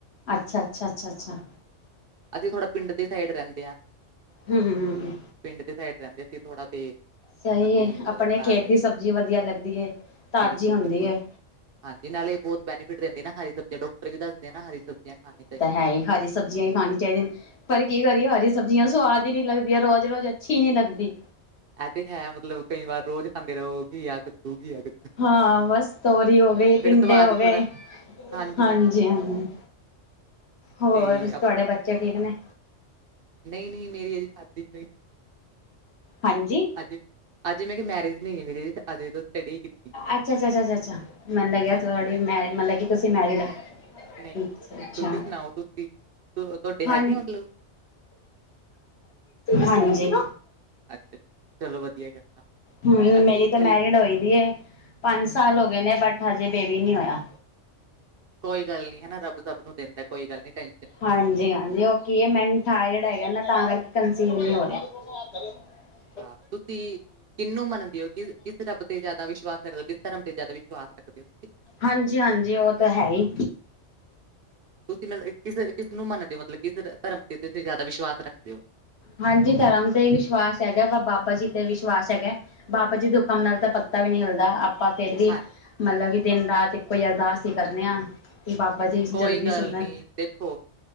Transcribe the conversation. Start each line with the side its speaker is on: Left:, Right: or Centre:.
Left: ਅੱਛਾ-ਅੱਛਾ-ਅੱਛਾ-ਅੱਛਾ।
Right: ਅਸੀ ਥੋੜਾ ਪਿੰਡ ਦੀ ਸਾਈਡ ਰੈਂਦੇ ਆ।
Left: ਹੂੰ।
Right: ਪਿੰਡ ਦੇ ਸਾਈਡ ਰੈਂਦੇ ਅਸੀ ਥੋੜਾ ਤੇ
Left: ਸਈ
Right: ਅਸੀਂ
Left: ਏ।
Right: ਮਤਲਬ
Left: ਆਪਣੇ
Right: ਲਾ
Left: ਖੇਤ
Right: ਲੈ
Left: ਦੀ ਸਬਜ਼ੀ ਵਧੀਆ ਲੱਗਦੀ ਏ। ਤਾਜੀ
Right: ਬਿਲਕੁਲ
Left: ਹੁੰਦੀ
Right: ਬਿਲਕੁਲ
Left: ਏ।
Right: ਹਾਂਜੀ ਨਾਲੇ ਬੋਤ ਬੈਨੀਫਿਟ ਰੈਂਦੀ ਨਾ ਹਰੀ ਸਬਜੀਆਂ। ਡੋਕਟਰ ਵੀ ਦਸਦੇ ਆ ਨਾ ਹਰੀ ਸਬਜੀਆਂ ਖਾਣੇ ਚਾ
Left: ਹਾਏ ਹਰੀ ਸਬਜੀਆਂ ਈ ਖਾਣੀ ਚਾਈਦੀਆਂ। ਪਰ ਕੀ ਕਰੀਏ ਹਰੀ ਸਬਜ਼ੀਆਂ ਸੁਵਾਦ ਈ ਨੀ ਲਗਦੀਆਂ ਰੋਜ-ਰੋਜ ਅੱਛੀ ਨੀ ਲੱਗਦੀ।
Right: ਐ ਤੇ ਹੈ ਮਤਲਬ, ਕਈ ਵਾਰ ਰੋਜ਼ ਖਾਂਦੇ ਰੋ ਘੀਆ- ਕੱਦੂ ਘੀ ਆ ਕ
Left: ਹਾਂ ਬਸ, ਤੋਰੀ ਹੋ ਗਈ, ਟਿੰਡੇ
Right: ਸਵਾਦ
Left: ਹੋ ਗਏ
Right: ਥੋੜਾ ਹਾਂਜੀ
Left: ਹਾਂਜੀ-ਹਾਂਜੀ
Right: ਹਾਂਜੀ
Left: ਹੋਰ
Right: ਤੇ
Left: ਤੁਹਾਡੇ ਬੱਚੇ ਠੀਕ ਨੇ?
Right: ਨਈ ਨਈ ਮੇਰੀ ਹਜੇ ਸ਼ਾਦੀ <unintelligible>
Left: ਹਾਂਜੀ
Right: ਹੋਈ ਅਜੇ ਮੈਂ ਕਿਆ, ਮੈਰਿਜ ਨੀ ਹੋਈ ਮੇਰੀ ਅਜੇ ਸਟੱਡੀ <unintelligible>
Left: ਅੱਛਾ-ਅੱਛਾ-ਅੱਛਾ-ਅੱਛਾ ਮੈਨੂੰ ਲੱਗਿਆ
Right: ਹਾਂਜੀ ਹਾਂਜੀ
Left: ਮਤਲਬ ਕੀ ਤੁਸੀਂ ਮੈਰੀਡ
Right: ਨਹੀਂ ਨਹੀਂ
Left: ਅੱਛਾ-ਅੱਛਾ
Right: ਤੁਸੀਂ ਸੁਣਾਓ ਤੁਸੀਂ ਤੁ- ਤੁਹਾਡੇ
Left: ਹਾਂ
Right: ਹੈਗੇ ਆ ਮਤਲਬ
Left: ਹਾਂਜੀ।
Right: ਅੱਛਾ-ਅੱਛਾ ਵਧੀਆ ਗੱਲ ਆ
Left: ਹੂੰ,
Right: ਅਸੀਂ
Left: ਮੇਰੀ ਤਾਂ
Right: ਚੱਲ
Left: ਮੈਰਿਡ ਹੋਈ ਦੀ ਏ, ਪੰਜ ਸਾਲ ਹੋ ਗਏ ਨੇ ਬਟ ਹਜੇ, ਬੇਬੀ ਨੀ ਹੋਇਆ
Right: ਕੋਈ ਗੱਲ ਨੀ ਹਨਾ, ਰੱਬ -ਰੱਬ ਸਬ ਨੂੰ ਦਿੰਦਾ ਕੋਈ ਗੱਲ ਨੀ ਟੈਂ
Left: ਹਾਂਜੀ-ਹਾਂਜੀ ਓ ਕੀ ਐ ਮੈਨੂੰ ਥਾਇਰਡ ਹੈਗਾ ਨਾ, ਤਾਂ ਕਰਕੇ ਕੰਸੀਵ ਨੀ ਹੋ ਰਿਆ ਹੈਲੋ
Right: ਹਾ, ਤੁਸੀਂ ਕਿਨੂੰ ਮੰਨਦੇ ਓ, ਕਿਸ -ਕਿਸ ਰੱਬ ਤੇ ਜਾਦਾ ਵਿਸ਼ਵਾਸ ਰੱਖਦੇ ਓ, ਕਿਸ ਧਰਮ ਤੇ ਜਾਦਾ ਵਿਸ਼ਵਾਸ ਰੱਖ <unintelligible> <inaudible>
Left: ਹਾਂਜੀ-ਹਾਂਜੀ ਓ ਤੇ ਹੈ ਈ
Right: ਤੁਸੀਂ ਮ ਕਿਸ ਕਿਸਨੂੰ ਮੰਨਦੇ ਓ ਮਤਲਬ, ਕਿ ਧਰਮ ਤੇ ਜਿਆਦਾ ਵਿਸ਼ਵਾਸ ਰੱਖਦੇ ਓ?
Left: ਹਾਂਜੀ, ਧਰਮ ਤੇ ਵਿਸ਼ਵਾਸ ਹੈਗਾ, ਵ ਬਾਬਾ ਜੀ ਤੇ ਵਿਸ਼ਵਾਸ ਹੈਗਾ ਬਾਬਾ ਜੀ ਦੇ ਹੁਕਮ ਨਾਲ ਤਾਂ, ਪੱਤਾ ਵੀ ਨਹੀ ਹਿਲਦਾ ਆ ਪਰ ਫੇਰ ਵੀ
Right: ਹਾਂ,
Left: ਮਤਲਬ ਕੀ, ਦਿਨ- ਰਾਤ ਇੱਕੋ ਈ ਅਰਦਾਸ ਈ ਕਰਨੇ ਆ, ਕੀ ਬਾਬਾ ਜੀ
Right: ਕੋਈ
Left: ਜਲਦੀ
Right: ਗੱਲ
Left: ਸੁਣਨ
Right: ਨਈ ਦੇਖੋ